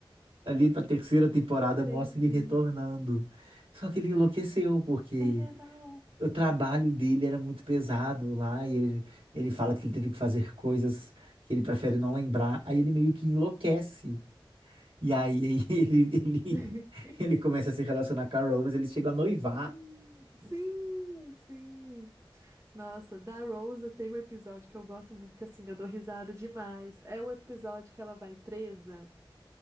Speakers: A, on the right; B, on the right.
A: Ali para a terceira temporada
B: entendi.
A: mostra ele retornando. Só que ele enlouqueceu, porque
B: Ele é maluco.
A: o trabalho dele era muito pesado lá, e ele, ele fala que ele teve que fazer coisas que ele prefere não lembrar, aí ele meio que enlouquece. E aí, <laughs> ele, ele,
B: <laughs>
A: ele começa a se relacionar com a Rose, eles chegam a noivar.
B: Sim, sim. sim. Nossa, da Rosa tem um episódio que eu gosto muito, que assim, eu dou risada demais. É o episódio que ela vai presa.